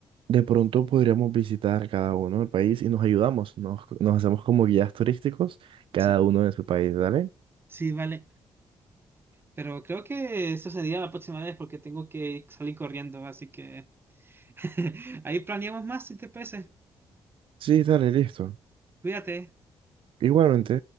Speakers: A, on the right; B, on the right.
A: De pronto podríamos visitar cada uno el país y nos ayudamos, nos, nos hacemos como guías turísticos, cada
B: Sí,
A: uno de su país, ¿dale?
B: sí, vale. Pero creo que eso sería la próxima vez porque tengo que salir corriendo, así que... <laughs> Ahí planeamos más si te parece.
A: Sí, dale, listo.
B: Cuídate.
A: Igualmente.